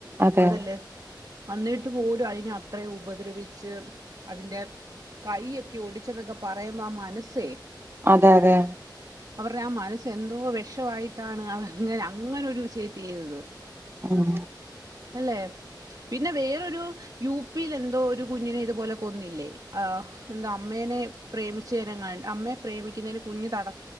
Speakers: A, on the right; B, on the right.
A: അതെ
B: അതല്ലേ വന്നിട്ട് പോലും അതിനെ അത്രയും ഉപദ്രവിച്ച് അതിന്റെ കൈ ഒക്കെ ഓടി എന്നൊക്കെ പറയുമ്പോ മനസ്സേ
A: അതെ അതെ
B: അവരുടെ ആ മനസ്സ എന്തോ വിഷമായിട്ടാണ് അങ്ങനെ അങ്ങനെൊരു വി ചെയയ ചെയ്തത്
A: ആഹ
B: അല്ലെ പിന്നെ വേറരു യു പിയിൽ എന്തോ ഒരു കുഞ്ഞിനെ ഇതുപോലെ കൊന്നില്ലേ ആ എന്താ അമ്മേനെ പ്രേമിച്ചേനെ അമ്മയെ പ്രേമിക്കുന്നതിന് കുഞ്ഞഞ് തട